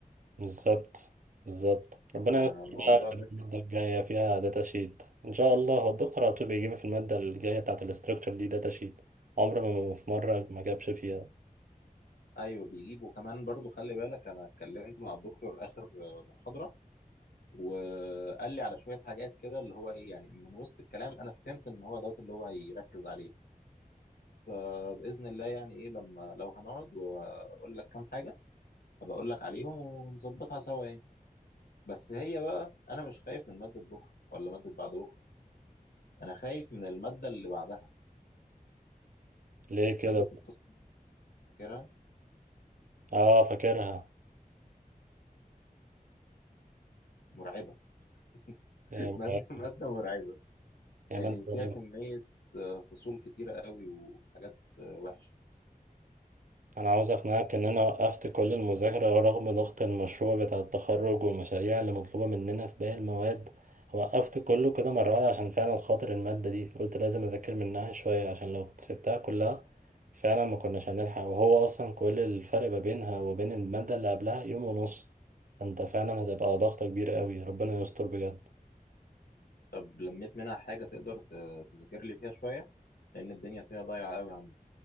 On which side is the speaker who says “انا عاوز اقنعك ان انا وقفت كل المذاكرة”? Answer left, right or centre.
Right